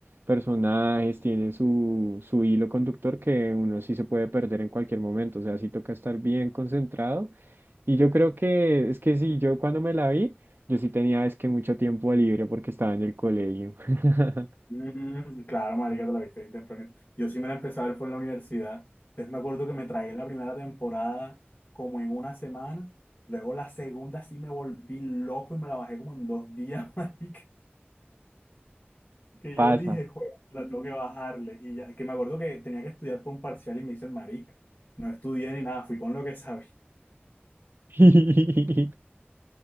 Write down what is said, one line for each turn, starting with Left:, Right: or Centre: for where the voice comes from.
Right: personajes, tiene su, su hilo conductor que uno sí se puede perder en cualquier momento, o sea, sí toca estar bien concentrado Y yo creo que es que sí, yo cuando me la vi, yo sí tenía es que mucho tiempo libre porque estaba en el colegio. <laughs>
Left: Mm, claro, marica, te la viste bien temprano. Yo sí me la empecé a ver fue en la universidad. Entonces me acuerdo que me tragué la primera temporada como en una semana. Luego la segunda sí me volví loco y me la bajé como en dos días, <laughs> marica. Que
Right: Pasa.
Left: yo dije, joder, la tengo que bajarle. Y ya, que me acuerdo que tenía que estudiar por un parcial y me hice el marica. No estudié ni nada, fui con lo que sabía.
Right: <laughs>